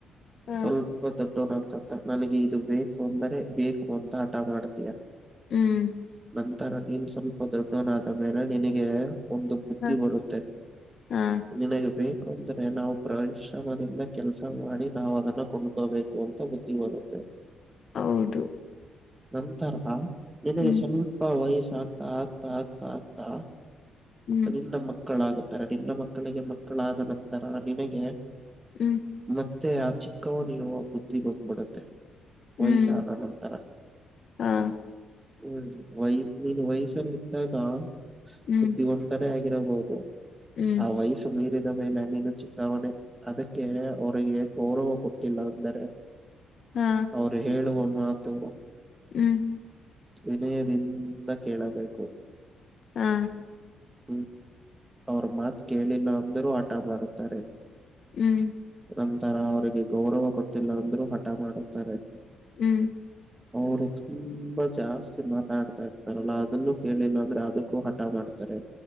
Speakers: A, on the left; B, on the right.
A: ಹ
B: ಸ್ವಲ್ಪ್ ದೊಡ್ಡೋನ್ ಆಗತ್ತ ಆಗತ್ತ ನನಗೆ ಇದು ಬೇಕು ಅಂದರೆ ಬೇಕು ಅಂತ ಆಟ ಮಾಡ್ತೀಯಾ.
A: ಹ್ಮ್
B: ನಂತರ ನೀನ್ ಸ್ವಲ್ಪ ದೊಡ್ಡವನಾದ ಮೇಲೆ ನಿನಗೆ ಒಂದು ಬುದ್ಧಿ
A: ಹ
B: ಬರುತ್ತೆ.
A: ಹಾ
B: ನಿನಗೆ ಬೇಕು ಅಂದ್ರೆ ನಾವು ಪರಿಶ್ರಮದಿಂದ ಕೆಲಸ ಮಾಡಿ ನಾವು ಅದನ್ನ ಕೊಂಡ್ಕೋಬೇಕು ಅಂತ ಗೊ ಬುದ್ಧಿ ಬರುತ್ತೆ
A: ಹೌದು
B: ನಂತರ ನಿನಗೆ
A: ಹ್ಮ್
B: ಸ್ವಲ್ಪ್ ಪ್ಪಾ ವಯಸ್ಸು ಆಗತಾ ಆಗತಾ ಆಗತಾ ಆಗತಾ
A: ಹ್ಮ್
B: ಅದು ನಿನ್ನ ಮಕ್ಕಳಾಗುತ್ತೆ. ನಂತರ ನಿನ್ನ ಮಕ್ಕಳಿಗೆ ಮಕ್ಕಳಾದ ನಂತರ ನಿನಗೆ
A: ಹ್ಮ್
B: ಮತ್ತೆ ಆ ಚಿಕ್ಕವನ ಇರುವ ಬುದ್ಧಿ ಬಂದ್ಬಡುತ್ತೆ.
A: ಹ್ಮ್
B: ವಯಸ್ಸಾದ ನಂತರ
A: ಹಾ
B: ಹ್ಮ್ ವಯ್ ನೀನು ವಯಸ್ಸಲ್ಲಿದ್ದಾಗ
A: ಹ್ಮ್
B: ಬುದ್ದಿವಂತ್ ತ ಆಗಿರಬಹುದು
A: ಹ್ಮ್
B: ಆ ವಯಸ್ಸು ಮೀರಿದ ಮೇಲೆ ನೀನು ಚಿಕ್ಕಾವನೇ‌. ಅದಕ್ಕೆ ಅವರಿಗೆ ಗೌರವ ಕೊಟ್ಟಿಲ್ಲ ಅಂದರೆ.
A: ಹಾ
B: ಅವರು ಹೇಳುವ ಮಾತು.
A: ಹ್ಮ್
B: ವಿನಯದಿಂದ ಕೇಳಬೇಕು.
A: ಹಾ
B: ಹ್ಮ್ ಅವ್ರ ಮಾತ್ ಕೇಳಿಲ್ಲ ಅಂದರು ಹಠ ಮಾಡುತ್ತಾರೆ.
A: ಹ್ಮ್
B: ನಂತರ ಅವರಿಗೆ ಗೌರವ ಕೊಟ್ಟಿಲ್ಲ ಅಂದ್ರರು ಹಠ ಮಾಡುತ್ತಾರೆ.
A: ಹ್ಮ್
B: ಅವರು. ತುಂಬಾ ಜಾಸ್ತಿ ಮಾತಾಡ್ತಾ ಇರ್ತಾರಲ್ಲ ಅದನ್ನುೂ ಕೇಳಿಲ್ಲ ಅಂದ್ರೆ ಅದಕ್ಕೂ ಹಠ ಮಾಡ್ತಾರೆ.